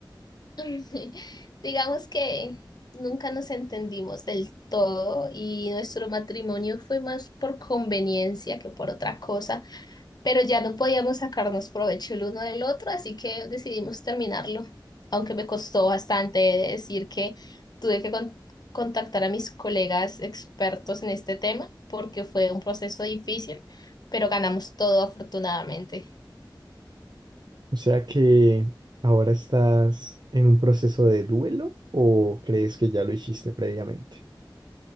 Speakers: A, on the left (about 55°); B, on the right (about 60°).
A: <laughs> Digamos que nunca nos entendimos del todo y nuestro matrimonio fue más por conveniencia que por otra cosa. pero ya no podíamos sacarnos provecho el uno del otro, así que decidimos terminarlo, aunque me costó bastante decir que tuve que con- contactar a mis colegas expertos en este tema, porque fue un proceso difícil, pero ganamos todo afortunadamente.
B: O sea que ahora estás en un proceso de duelo o crees que ya lo hiciste previamente.